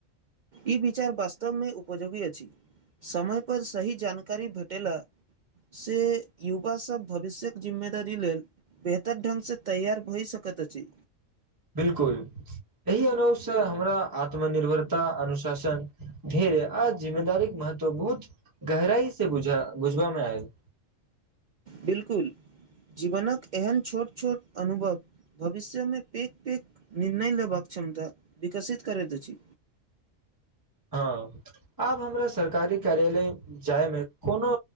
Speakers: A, on the right; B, on the right.
A: ई विचार वास्तव मे उपयोगी अछि समय पर सही जानकारी भेटेेला से युवा सब भविष्य्यक जिम्मेदारी लेल बेहतर ढंग स तैयार भई सकैत अछि
B: बिलकुल एहि अनुसँ हमरा आत्मनिर्भरता अनुशासन धेर्य आ जिम्मेदारीक महत्व बहुत गहराई से बुझ बुझबा मे आयल
A: बिल्कुल जीवनक एहन छोट छोट अनुभव भविष्यमे पेक पेक निर्णय लेबाक क्षमता विकसित करैत अछि
B: हँ आब हमरा सरकारी कार्यालय जायमे कोनो